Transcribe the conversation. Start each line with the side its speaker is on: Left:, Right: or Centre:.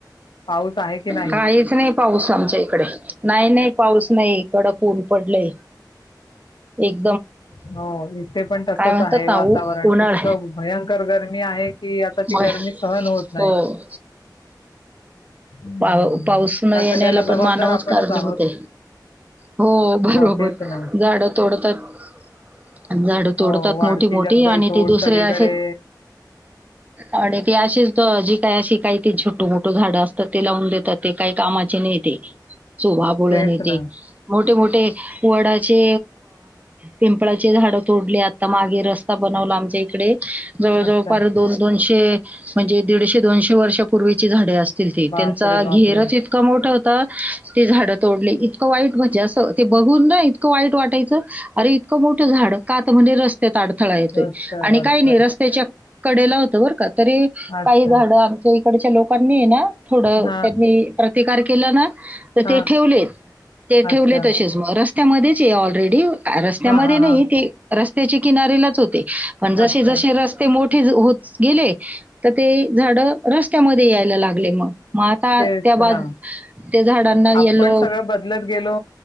Left: पाऊस आहे की नाही
Right: काहीच नाही पाऊस आमच्या इकडे नाही नाही पाऊस नाही कडक ऊन पडलंय एक
Left: हो इथे पण तसच
Right: म्हणतात
Left: आहे
Right: ना
Left: वातावरण
Right: उ उन्हाळ
Left: इतकं भयंकर गरमी आहे कि आता ती
Right: मग
Left: गरमी सहन होत नाही
Right: हो
Left: हम्म.
Right: पाव पाऊस न
Left: त्या
Right: येण्याला
Left: सगळ्याला
Right: पण
Left: जबाबदार
Right: मानवच
Left: आपणच
Right: कारणीभूत
Left: आहोत
Right: होते हो बरोबर
Left: तेच ना
Right: झाडं तोडतात झाड तोडतात
Left: हो वाढती
Right: मोठी मोठी
Left: जंगल
Right: आणि
Left: तोड
Right: ते दुसरे
Left: सगळीकडे
Right: असे आणि ते जी काय अशी काही छोट मोठ झाड अस ते लावून देतात ते काही कामाचे नाही ते सोभ बोळण
Left: तेच
Right: येते
Left: ना
Right: मोठे मोठे वडाचे पिंपळाचे झाड तोडले आता मागे रस्ता बनवला आमच्या इकडे जवळ जवळपार
Left: अच्छा
Right: दोन दोनशे म्हणजे दीडशे दोनशे वर्षापूर्वीची झाडे असतील त्यांचा
Left: बापरे
Right: घेरच
Left: बापरे
Right: इतकां मोठा होता ते झाडं तोडली इतकं वाईट म्हणजे असं ते बघून ना इतक वाईट वाटायचं अर इतकं मोठं झाड काात म्हणजे रस्त अडथळा येतोय
Left: रस्त्यात
Right: आणि
Left: अडथळे
Right: काही नाही रस्त्याच्या कडेला होत बरं का तरी
Left: अच्छा
Right: काही झाडं आमच्या थोड्या लोकांनी आहे ना थोड
Left: हां,
Right: त्यांनी प्रतिकार केला ना तर
Left: हां.
Right: ते ठेवलेत ते ठेवलेत
Left: अच्छा.
Right: असच मग रते त्यामध्ये ऑलरेडी रस्त्यामध्ये
Left: हां, हां,
Right: नाही
Left: हां.
Right: ते रस्त्याचे किनारेलाच होते पण जसे
Left: अच्छा.
Right: जसे रस्ते मोठ े होत गेले तर ते झाड रस्त्यामध्ये यायला लागले मग मग आता
Left: तेच
Right: त्या बाद
Left: ना
Right: त्या झाडांना
Left: आपण
Right: येलो
Left: सगळं बदलत गेलो